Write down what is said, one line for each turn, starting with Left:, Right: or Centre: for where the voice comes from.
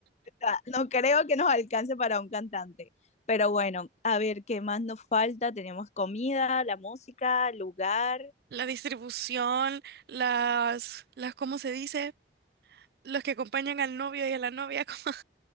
Left: sea, no creo que nos alcance para un cantante. Pero bueno, a ver, ¿qué más nos falta? Tenemos comida, la música, lugar,
Right: la distribución, las, las, ¿cómo se dice? los que acompañan al novio y a la novia, <laughs> como